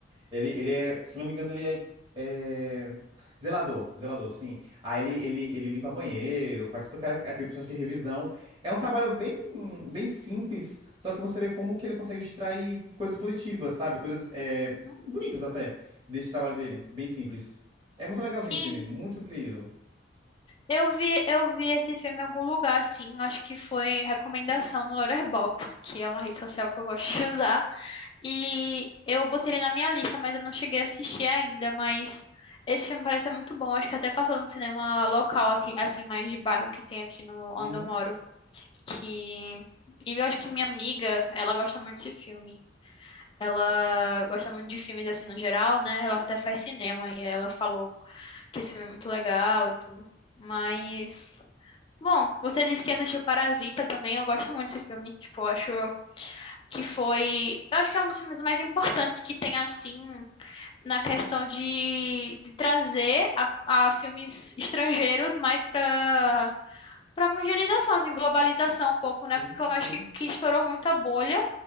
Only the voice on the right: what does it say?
ele, ele é, se não me engano, ele é, é, zelador, zelador, sim. Aí ele, ele, ele limpa banheiro, faz todo aquela- aquele processo de revisão. É um trabalho bem, bem simples, só que você vê como que ele consegue extrair coisas positivas, sabe? Coisas é,
bonitas até, desse trabalho dele, bem simples. É muito legalzinho
o filme, muito querido.
Uhum,
sim,
sim,